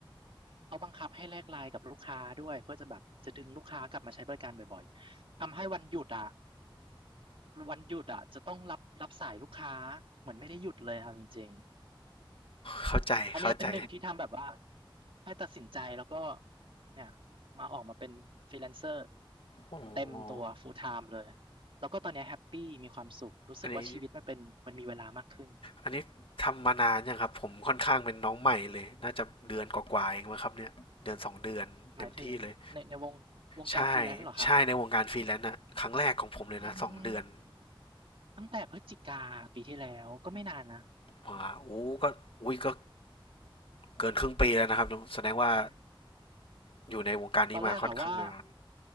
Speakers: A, on the right; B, on the left.
A: เขาบังคับให้แลกไลน์กับลูกค้าด้วยเพื่อจะแบบจะดึงลูกค้ากลับมาใช้บริการบ่อยๆทำให้วันหยุดอ่ะ วันหยุดอ่ะจะต้องรับรับสายลูกค้าเหมือนไม่ได้หยุดเลยค่ะจริง
B: เข้าใจเข้าใจ
A: ๆอันเนี้ยเป็นหนึ่งที่ทำแบบว่าให้ตัดสินใจแล้วก็เนี่ยมาออกมาเป็นฟรีแลนเซอร์
B: อ๋อ
A: เต็มตัว full time เลยแล้วก็ตอนเนี้ยแฮปปี้มีความสุขรู้สึกว่าชีวิตมันเป็นมันมีเวลามากขึ้น
B: อันนี้อันนี้ทำมานานยังครับผมค่อนข้างเป็นน้องใหม่เลยน่าจะเดือนกว่าๆเองมั้งครับเนี่ยเดือนสองเดือนเต็มที่เลย
A: หมายถึงในในวงวงการฟรีแลนซ์เหรอครับ
B: ใช่ใช่ในวงการฟรีแลนซ์อะครั้งแรกของผมเลยนะสองเดือน
A: อืมตั้งแต่พฤศจิกาปีที่แล้วก็ไม่นานนะ
B: ว้าโอ้ก็อุ้ยก็เกินครึ่งปีแล้วนะครับแสดงว่า
A: ไม่นาน
B: อยู่ในวงการนี้มาค่อนข้างนาน
A: ตอนแรกอะว่า